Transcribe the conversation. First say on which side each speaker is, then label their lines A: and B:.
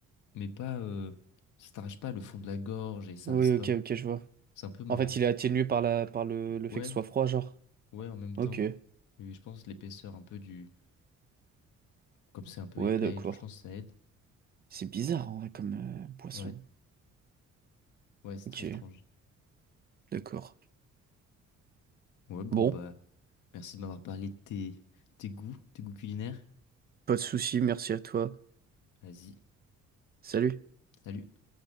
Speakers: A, on the left (about 85°); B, on the right (about 30°).
A: mais pas, euh, ça t'arrache pas le fond de la gorge et ça
B: Oui,
A: reste
B: ok,
A: pas.
B: ok, je vois.
A: C'est un peu marrant.
B: En fait, il est atténué par la, par le, le fait
A: Ouais,
B: que ce soit froid, genre.
A: ouais, en même temps.
B: Ok,
A: Oui, je pense l'épaisseur un peu du, comme c'est un peu
B: ouais,
A: épais
B: d'accord.
A: et tout, je pense que ça aide.
B: C'est bizarre, en vrai, comme euh, boisson.
A: Ouais, ouais, c'est
B: Ok,
A: très étrange.
B: d'accord.
A: Ouais, bon
B: Bon,
A: bah, merci de m'avoir parlé de tes, tes goûts, tes goûts culinaires.
B: pas de souci, merci à toi.
A: Vas-y,
B: Salut.
A: salut.